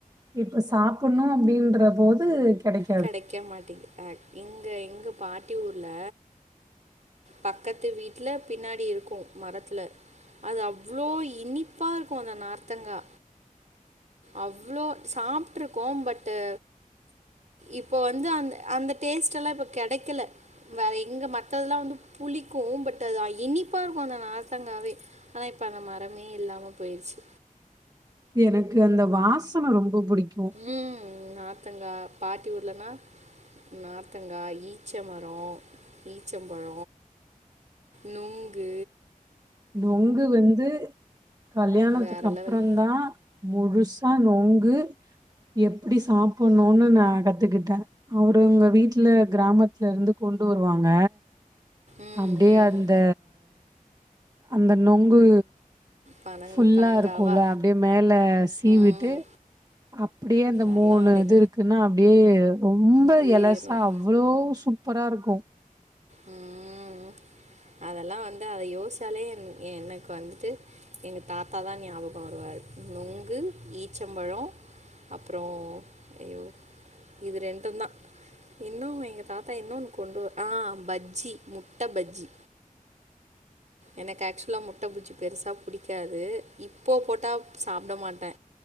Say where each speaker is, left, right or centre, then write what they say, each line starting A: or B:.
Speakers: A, on the right; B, on the right.
A: இப்ப சாப்பட்ணு அப்டி ன்ற போது கெடைக்
B: கெடைக்க மாட்டிக்குது அ இங்க எங்க பாட்டி ஊர்ல பக்கத்து வீட்ல பின்னாடி இருக்கு மரத்துல அது அவ்ளோ இனிப்பா இருக்கு அந்த நார்த்தங்கா அவ்ளோ சாப்ட்ருக்கோ பட்டு இப்போ வந்து அந்த அந்த டேஸ்ட்டெல்லா இப்ப கெடைக்கல வேற எங்க மத்ததெல்லா வந்து புளிக்கு பட் அது இனிப்பா இருக்கு அந்த நார்த்தங்காவே ஆனா இப்ப அந்த மரமே இல்லாம போயிருச்சு
A: எனக்கு அந்த வாசன ரொம்ப புடிக்கு
B: ம் நார்த்தங்கா பாட்டி ஊர்லனா நார்த்தங்கா ஈச்ச மர ஈச்சம்பழ நுங்கு
A: நொங்கு வந்து கல்யாணத்துக்கு
B: வேற
A: அப்றந்தா
B: லெவல்.
A: முழுசா நொங்கு எப்டி சாப்பிட்ணுனு நா கத்துக்கிட்டே அவரு அவ்ங்க வீட்ல கிராமத்துல இருந்து கொண்டு வருவாங்க
B: ம்,
A: அப்டியே
B: ம்.
A: அந்த அந்த நொங்கு
B: பனங்க
A: ஃபுல்லா
B: பனங்காவா.
A: இருக்குல்ல அப்டியே மேல சீவிட்டு
B: ம்.
A: அப்டியே அந்த
B: அதெல்லாம்
A: மூணு
B: அப்டியே
A: இது இருக் குனா அப்டியே ரொம்ப
B: ஊறிரணும்.
A: எலசா அவ்ளோ சூப்பரா இருக்கு
B: ம் அதெல்லா வந்து அத யோசாலே என் எனக்கு வந்துட்டு எங்க தாத்தாதா ஞாபக வருவாரு நொங்கு ஈச்சம்பழ அப்றோ ஐயோ இது ரெண்டுந்தா இன்னும் எங்க தாத்தா இன்னொன்னு கொண்டு வர் ஆ பஜ்ஜி முட்ட பஜ்ஜி எனக்கு ஆக்சுவலா முட்ட பஜ்ஜி பெருசா புடிக்காது இப்போ போட்டா சாப்ட மாட்டே